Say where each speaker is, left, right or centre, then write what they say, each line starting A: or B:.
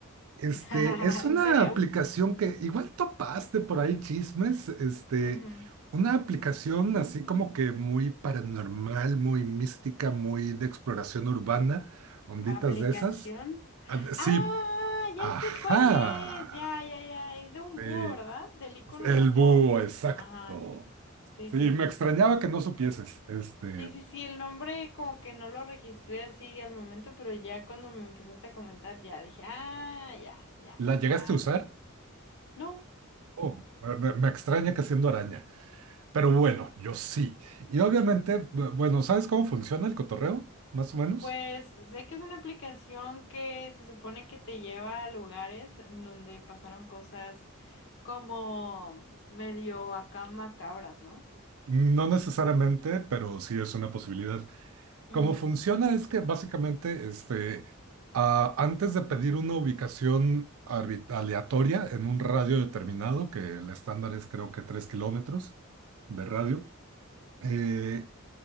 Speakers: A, on the right (about 75°); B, on the left (about 60°).
A: Este,
B: <laughs>
A: es una
B: ¿En serio?
A: aplicación que igual topaste por ahí chismes, este,
B: Ujú.
A: una aplicación así como que muy paranormal, muy mística, muy de exploración urbana, onditas
B: ¿Aplicación?
A: de esas. Ah, Sí,
B: Ah,
A: Ajá.
B: ya sé cuál es, ya, ya, ya, es de un
A: Sí,
B: búho, ¿verdad? Del icono
A: el
B: de un
A: búho,
B: búho.
A: exacto.
B: Ajá, sí,
A: Sí,
B: sí, sí,
A: me extrañaba
B: sí.
A: que no supieses. Este,
B: Sí, sí, sí, el nombre como que no lo registré así al momento, pero ya cuando me empezaste a comentar, ya dije, ah, ya, ya,
A: ¿la
B: claro.
A: llegaste a usar?
B: No.
A: Oh, me, me- me extraña que siendo araña. Pero bueno, yo sí. Y obviamente, bu- bueno, ¿sabes cómo funciona el cotorreo? Más o menos.
B: Pues sé que es una aplicación que se supone que te lleva a lugares en donde pasaron cosas como medio acá macabras, no
A: No necesariamente, pero sí es una posibilidad.
B: Ujú.
A: Cómo funciona es que básicamente este, ah, antes de pedir una ubicación arbit- aleatoria en un radio determinado, que el estándar es creo que 3 kilómetros de radio, eh,